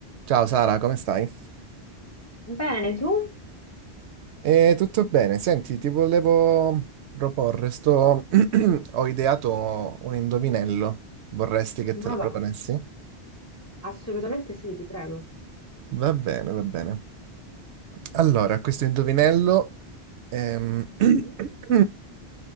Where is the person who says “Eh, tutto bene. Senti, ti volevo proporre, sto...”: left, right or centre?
Right